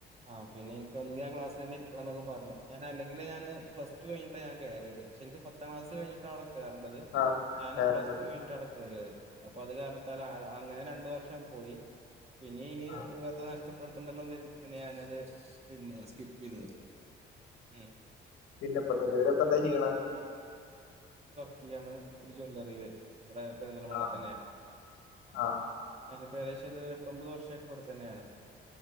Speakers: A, on the right; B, on the left.
A: ആഹ് പിന്നെ എനിക്ക് ഒന്നിങ്കി ആ ക്ലാസിൽന്നെ ഇരിക്കണം എന്നൊക്ക പറഞ്ഞു ഞാന് അല്ലെങ്കി ഞാന് പ്ലസ് ടു കഴിട്ട ഞാൻ കയറിയത് ശരി ക്കും പത്താം ക്ലാസ്സ്‌ കഴിഞ്ഞിട്ട അവിടെ കേയറണ്ടത്
B: ആ ആ
A: ഞാന്
B: കയറേണ്ടത്
A: പ്ലസ് ടു കഴിഞ്ഞിട്ടവിടെ കയറിയത് അപ്പൊ അത് കാരണത്തൽ അങ്ങനെ രണ്ട് വർഷം പോയി പിന്നെ ഇനി
B: ആ
A: വെറുതെ നഷ്ടപ്പെടുത്തണ്ടല്ലോന്ന് ചെയ്തിട്ട് പിന്നെ ഞാനത് പിന്നെ സ്കിപ്പ് ചെയ്തത് ഉം
B: പിന്നെപ്പൊന്നല്ല പിന്നിപ്പ എന്താ ചെയ്യണ
A: ക്കാണ് ഒരു ജ്വല്ലറിയില് ഇവിടെ പെഴുന്തൽമണ്ണ
B: ആ
A: തന്നെയാ
B: ആ
A: ഞാനിപ്പോ ഏകദേശം ഒരു എട്ട് ഒൻമ്പത് വർഷയിട്ട് ഇവിടെ തന്നെയാണ്